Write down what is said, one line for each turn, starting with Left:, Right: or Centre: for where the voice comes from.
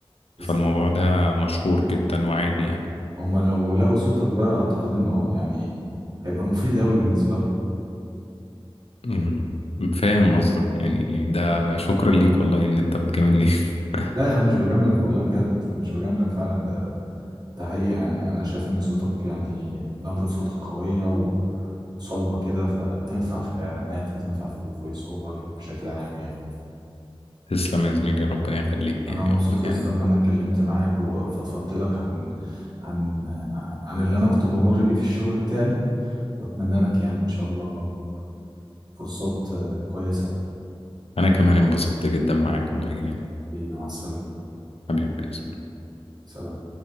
Left: فالموضوع
Right: بس
Left: ده مشهور جدا وعادي يعني
Right: هما لو لقوا صوتك بقى اعتقد انه يعني هيبقى مفيد قوي بالنسبة لهم
Left: مم. فاهم قصدك يعني ده شكرا ليك والله إن أنت بتجاملني <laughs>
Right: لا يا عم مش بجاملك والله بجد مش بجاملك فعلا ده ده حقيقة يعني انا شايف ان صوتك يعني نبرة صوتك قوية و... وصلبة كده فتنفع في الاعلانات وتنفع في الفويس اوفر بشكل عام يعني
Left: تسلم يا زميلي ربنا يخليك
Right: انا
Left: يعني
Right: مبسوط
Left: والله
Right: يا
Left: يعني
Right: اسطى
Left: أنا
Right: ان انا اتكلمت معاك وفضفضت لك عن عن عن اللي انا كنت بمر بيه في الشغل بتاعي واتمنى لك يعني ان شاء الله فرصات آه، كويسة
Left: أنا كمان انبسطت جدا معاك والله يعني
Right: حبيبي مع السلامة
Left: حبيبي يا زميلي
Right: سلام